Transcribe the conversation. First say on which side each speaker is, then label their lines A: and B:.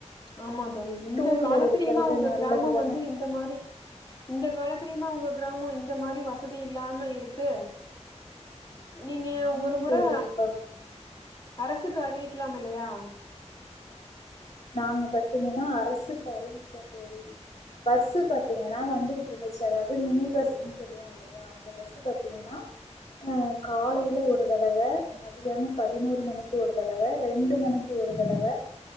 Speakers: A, on the left; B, on the left.
A: ஆமா தோழி இந்த
B: டூ வீலர்
A: காலத்திலயுமா
B: இருக்கறது
A: உங்க
B: நல்லது
A: கிராமம்
B: தான
A: வந்து இந்த மாரி இந்த காலத் தெரியமா உங்க கிராமம் இந்த மாதிரி வசதி இல்லாம இருக்கு நீங்க
B: ஆமா
A: ஒரு முறை
B: தோழி இப்ப
A: அரசுக்கு அறிவிக்கலாம் இல்லையா ம்
B: நாங்க பாத்தீங்கன்னா அரசுக்கு அறிவிச்சோம் தோழி பஸ் பாத்தீங்க ஏன்னா வந்துகிட்டு இருந்துச்சு அதாவது மினி பஸ்ன்னு சொல்லுவோம் இல்லையா அ பஸ்சு பாத்தீங்கன்னா அஹ் காலையில ஒரு தடவ மதியானம் பதினோரு மணிக்கு ஒரு தடவ ரெண்டு மணிக்கு ஒரு தடவ